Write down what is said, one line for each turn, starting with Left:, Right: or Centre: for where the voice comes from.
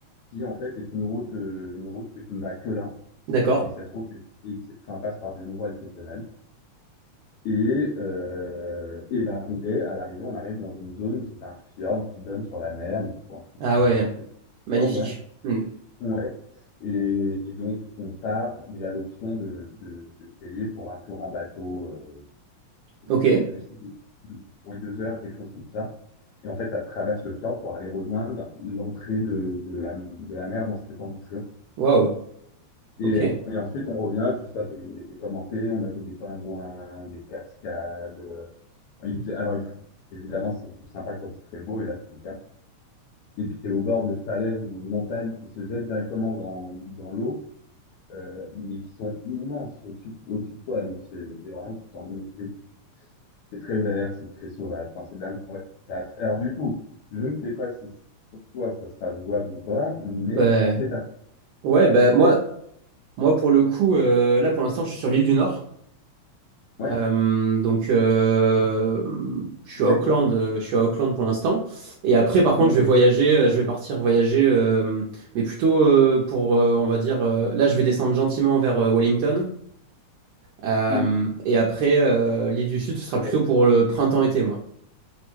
Left: qui en fait est une route, euh, une route qui ne va que là.
Right: d'accord.
Left: Et cette route est ex- enfin, passe par des endroits exceptionnels. Et, euh, et l'arrivée, à l'arrivée, on arrive dans une zone où c'est un fjord qui donne sur la mer. Donc, je pense que
Right: Ah
Left: tu
Right: ouais,
Left: vois ce que c'est.
Right: magnifique.
Left: fjord ouais.
Right: Hmm.
Left: Ouais. Et, et donc, on part, il a l'option de, de, de payer pour un tour en bateau, euh,
Right: Ok,
Left: je sais plus, c'est deux, deux- ouais, deux heures, quelque chose comme ça. Et en fait, ça traverse le fjord pour aller rejoindre l'entrée de, de la, de la mer dans cette embouchure.
Right: waouh, ok.
Left: Et, on- et ensuite, on revient, tout ça est est commenté, on a vu des pingouins, des cascades. euh, il faisait- Alors, il f- évidemment, c'est plus sympa quand il fait beau, et là, c'est le cas. Et puis, tu es au bord de falaises ou montagnes qui se jettent directement dans, dans l'eau. euh, mais qui sont immenses au-dessus au-dessus de toi. Donc, c'est c'est vraiment, tu te sens minuscule. C'est très vert, c'est très sauvage. Enfin, c'est dingue. Ouais, ça, a f- alors, du coup, je ne sais pas si c- pour toi ça sera jouable ou pas, mais
Right: Bah,
Left: c'est à.
Right: ouais, bah moi.
Left: c'est-
Right: Moi, pour le coup, euh, là, pour l'instant, je suis sur l'île du Nord.
Left: Ouais,
Right: Euh, donc, euh, je suis à
Left: d'accord.
Right: Auckland, euh, je suis à Auckland pour l'instant. Et après, par contre,
Left: Ouais.
Right: je vais voyager, euh, je vais partir voyager, euh, mais plutôt euh, pour, euh, on va dire, euh, là, je vais descendre gentiment vers euh, Wellington. Euh,
Left: Oui,
Right: et après, euh, l'île du Sud, ce sera
Left: oui.
Right: plutôt pour le printemps-été, moi.